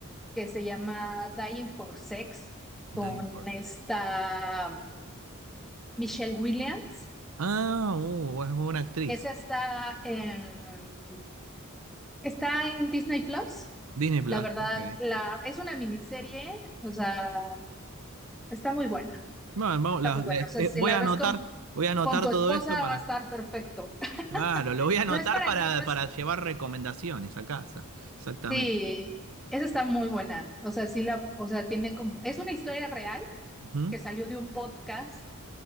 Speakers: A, in the centre; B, on the right.
A: que se llama Dying for Sex, con
B: Diane Forsyth.
A: esta Michelle Williams.
B: Ah, uh, es buena actriz.
A: Esa está en Está en Disney Plus.
B: Disney Plus,
A: La verdad,
B: ok.
A: la, es una miniserie, o sea, está muy buena,
B: Bueno, vamos,
A: está
B: la-
A: muy
B: la-
A: buena. O sea,
B: eh,
A: si
B: voy
A: la
B: a
A: ves
B: anotar,
A: con,
B: voy a anotar
A: con tu
B: todo
A: esposa
B: esto para.
A: va a estar perfecto. <laughs>
B: Claro, lo voy a anotar
A: No es para
B: para,
A: mí, no es...
B: para llevar recomendaciones a casa. Exactamente.
A: Sí, esa está muy buena. O sea, sí la, o sea, tiene como... Es una historia real
B: Ujú.
A: que salió de un podcast